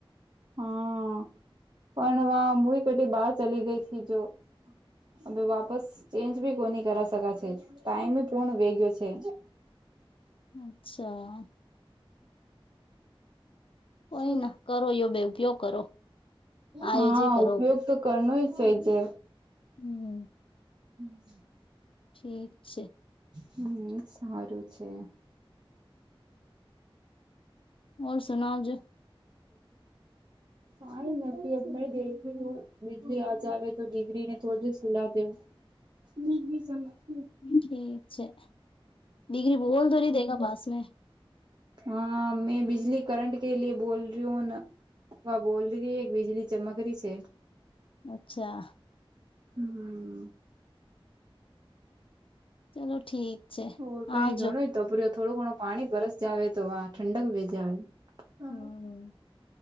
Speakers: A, on the right; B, on the left.
A: હા, પણ વા મવી કેટલી બહાર ચલી ગઈ થી જો. અભી વાપસ ચેન્જ ભી કોની કરા શકા છે ટાઈમ બી પૂર્ણ વેગયો છે.
B: અચ્છા. કોઈ
A: હમ્મ.
B: ના કરો યો બે ઉપયોગ કરો આયોજે
A: હા
B: કરો
A: ઉપયોગ તો કરનુંય <unintelligible> જે
B: હમ્મ.
A: હમ્મ.
B: ઠીક છે.
A: હમ્મ, સારું છે.
B: ઔર સુનાવ જો.
A: કાંઈ નથી <unintelligible> વીજળી આ જાવે તો દિગરીને થોડી દેર સુલા દેવું. <inaudible>
B: ઠીક છે. ડિગ્રી બોલ તો નહીં દેંગા બાસ મે
A: હા મેં બિજલી કરંટ કે લીએ બોલ રહી હું ના વા બોલ <unintelligible> એક વીજળી ચમકરી છે.
B: અચ્છા.
A: હમ્મ.
B: ચાલો ઠીક છે
A: હોર કંઈ
B: આજો
A: ઘણુંય તોપર્યો થોડું ઘણું પાણી બરસ જાવે તો વા ઠંડક વે જ આવે. હા.
B: હમ્મ